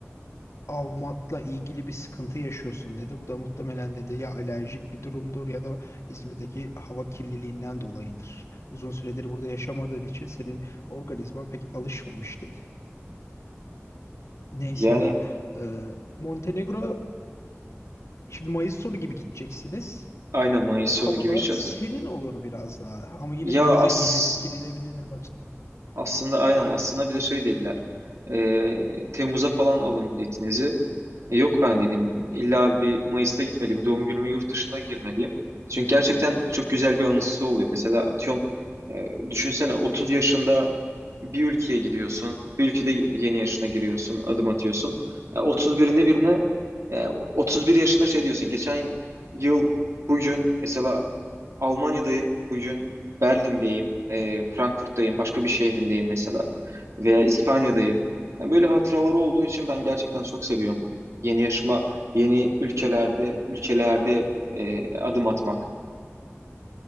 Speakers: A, on the left; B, on the right.
A: almakla ilgili bir sıkıntı yaşıyorsun dedi. Bu da muhtemelen dedi ya alerjik bir durumdur ya da İzmir'deki hava kirliliğinden dolayıdır. Uzun süredir burada yaşamadığın için senin organizman pek alışmamış dedi. Neyse
B: Yani
A: ya. Ee, Montenegro şimdi Mayıs sonu gibi gideceksiniz.
B: aynen Mayıs sonu
A: Havalar
B: gibi içeceğiz.
A: serin olur biraz daha ama yine
B: Ya
A: denize
B: aslında
A: gilir, girilebilir maç.
B: aslında aynen aslında bize şey dediler. Ee, Temmuz'a falan alın biletinizi. E, Yok ben dedim illa bir Mayıs'ta gitmeliyim. Doğum günüme yurt dışına girmeliyim. Çünkü gerçekten çok güzel bir anısı oluyor. Mesela atıyorum e, düşünsene 30 yaşında bir ülkeye gidiyorsun. Bir ülkede yeni yaşına giriyorsun, adım atıyorsun. Ya 31'inde birine e, 31 yaşında şey diyorsun. Geçen yıl bugün mesela Almanya'dayım, bugün Berlin'deyim, e, Frankfurt'tayım, başka bir şehrindeyim mesela veya İspanya'dayım. Yani böyle hatıraları olduğu için ben gerçekten çok seviyorum. Yeni yaşıma, yeni ülkelerde, ülkelerde e, adım atmak.